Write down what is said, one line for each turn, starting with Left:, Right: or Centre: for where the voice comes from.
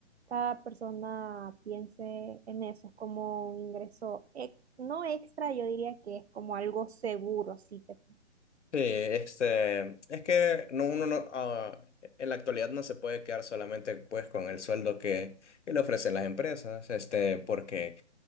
Right: cada persona piense en eso. Es como un ingreso, ex- no extra, yo diría que es como algo seguro, sí. te-
Left: Sí, este, es que no, uno no, ah, en la actualidad no se puede quedar solamente pues con el sueldo que, que le ofrecen las empresas, este, porque